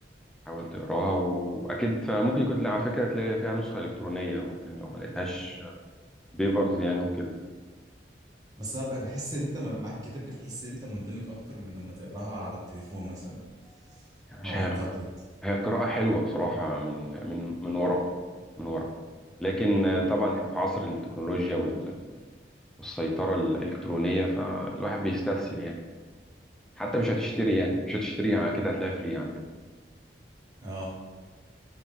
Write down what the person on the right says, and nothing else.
بس هبقى بحس ان انت م- معاك كتاب بتحس ان انت مندمج اكتر من لما تقراها على التليفون مثلا
او على
التابلت
اه